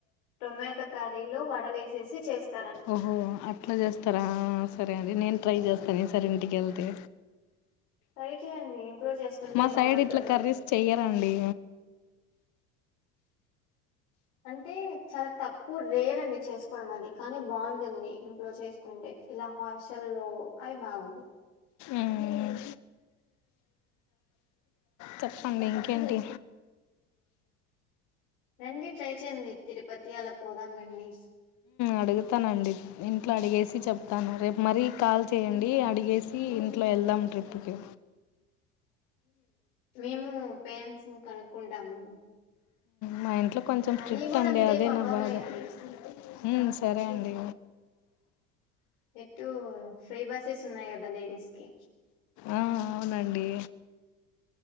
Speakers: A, on the left (about 60°); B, on the left (about 40°).
A: టొమాటో కర్రీలు వడలే వేసేసి చేస్త
B: ఓహో అట్లా చేస్తారా సరే అండి నేను ట్రై చేస్తాను ఈసారి ఇంటికెళ్తా తే
A: ట్రై చేయండి ఇంట్లో చేసుకుంటే
B: మా
A: బాగుంటుంది
B: సైడ్ ఇట్లా కర్రీస్ చెయ్యరండి
A: అంటే చాలా తక్కువ రేర్ అండి చేసుకోవడం అది కానీ బాగుంటుంది ఇంట్లో చేసు కుంటే ఇలా హాస్టల్లో అవి బాగోదు
B: ఉమ్. చెప్పండి ఇంకేంటి
A: రండి ట్రై చేయండి తిరుపతి అలా పోదాం రండి
B: అడుగుతానండి ఇంట్లో అడిగేసి చెప్తాను రేపు మరీ కాల్ చేయండి అడిగేసి ఇంట్లో వెళ్దాం ట్రిప్కి
A: మేము పేరెంట్స్ ను కనుక్కుంటాము
B: మా ఇంట్లో కొంచెం
A: మనీ
B: స్ట్రిక్ట్
A: కూడా
B: అండి
A: అంతేం
B: అదే
A: అవ్వవులేండి
B: నా బాధ హ్మ్ సరే అండి
A: ఎటు ఫ్రీ బస్సెస్ ఉన్నాయికదా లేడీస్కి
B: ఆ అవునండి